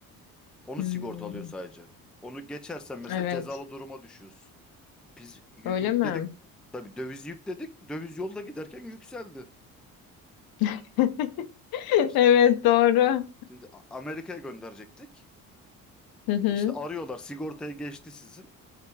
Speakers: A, in the centre; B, on the left.
A: Onu
B: Hmm.
A: sigorta alıyor sadece. Onu geçersen mesela
B: Evet.
A: cezalı duruma düşüyorsun. Biz yü-
B: Öyle
A: yükledik.
B: mi?
A: Tabii dövizi yükledik. Döviz yolda giderken yükseldi.
B: <laughs>
A: İşte
B: Evet doğru.
A: şimdi A- Amerika'ya gönderecektik.
B: Hı hı.
A: İşte arıyorlar sigortayı geçti sizin.